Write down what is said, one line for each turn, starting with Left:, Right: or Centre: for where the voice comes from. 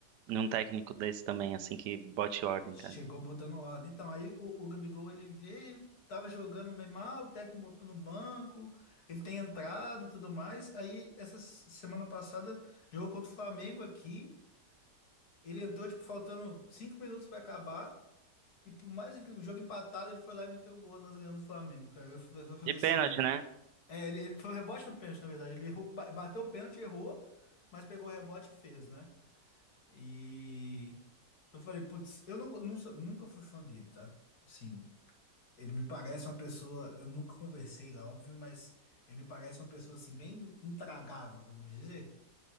Right: um técnico desse também, assim, que bote ordem,
Left: Chegou
Right: cara.
Left: botando ordem. Então, aí o, o Gabigol ele veio, tava jogando meio mal, o técnico botou no banco, ele tem entrado e tudo mais. Aí, essa s- semana passada, jogou contra o Flamengo aqui. Ele entrou, tipo, faltando cinco minutos pra acabar. E por mais que o jogo empatado, ele foi lá e meteu o gol. Nós ganhamos o Flamengo, cara. Eu, f- eu falei
Right: De pênalti,
Left: assim.
Right: né?
Left: É, ele, ele- foi o rebote do pênalti, na verdade. Ele errou, ba- bateu o pênalti, errou, mas pegou o rebote e fez, né? E eu falei, putz, eu não, não sou- nunca fui fã dele, tá? Sim, ele me parece uma pessoa, eu nunca conversei lá, óbvio, mas ele me parece uma pessoa assim bem intragável, vamos dizer.